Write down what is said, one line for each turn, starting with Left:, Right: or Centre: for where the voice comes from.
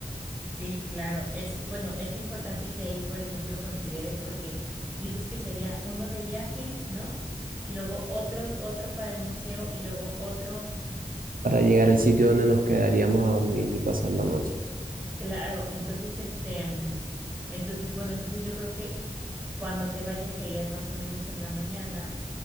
Centre: Sí, claro. Es, bueno, es importante que ahí, por ejemplo, consideres porque dices que sería uno de viaje, ¿no? Y luego otro, otro para el museo y luego otro.
Right: para llegar al sitio donde nos quedaríamos a dormir y pasar la noche.
Centre: Claro, entonces este, mm, entonces bueno, entonces yo creo que cuando te vayas te irías más o menos en la mañana